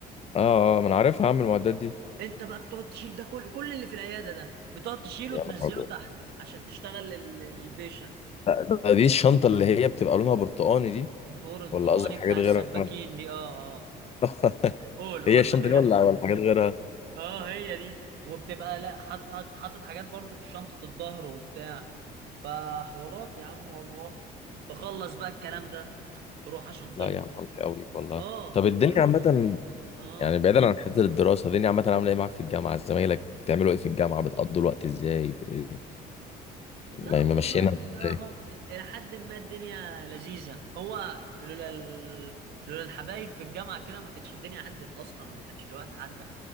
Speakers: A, on the left; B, on the right.
A: اه اه ما انا عارفها اعمل المعدات دي
B: انت بقى بتقعد تشيل ده كل كل اللي في العياده ده بتقعد تشيله
A: يا
B: وتنزله
A: نهار أبيض.
B: تحت عشان تشتغل ال- البيشنت
A: ده- ده- دي الشنطة اللي هي بتبقى لونها برتقاني دي
B: برتقاني
A: ولا قصدك حاجات
B: بتاع
A: غيرها
B: السباكين دي اه اه
A: <laughs>
B: قول قول
A: هي الشنطة
B: ما تقلقش
A: دي ولا ولا حاجات غيرها
B: اه هي دي وبتبقى لا حاطط حاطط حاطط حاجات برضو في شنطه الظهر وبتاع فحوارات يا عم والله تخلص بقى الكلام ده تروح عشان تمضي
A: لا يا عم حظي قوي والله
B: اه
A: طب
B: تقول
A: الدنيا
B: لهم
A: عامة
B: اه
A: يعني بعيدا عن حته الدراسه دي عامه عامله ايه معاك في الجامعه زمايلك بتعملوا ايه في الجامعه بتقضوا الوقت ازاي ب...
B: لا
A: ما-
B: والله
A: ممشينا ازاي
B: هو إلى حد ما الدنيا لذيذة هو لولا ال... لولا الحبايب في الجامعة كده ما كانتش الدنيا عدت أصلا وما كانش الوقت عدى